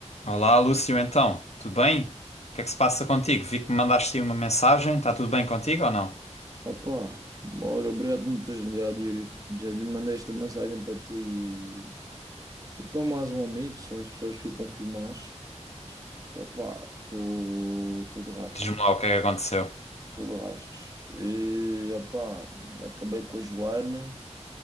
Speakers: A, on the left; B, on the right.
A: Olá, Lúcio, então, tudo bem? O que é que se passa contigo? Vi que me mandaste aí uma mensagem, está tudo bem contigo ou não?
B: Opa, olha, obrigado por me teres ligado, Yuri. Já te mandei esta mensagem para ti e, e para mais um amigo, que são as pessoas que eu confio mais. Opa, estou de rastos,
A: Diz-me lá o que é que aconteceu.
B: estou de rastos. E, opa, acabei com a Joana.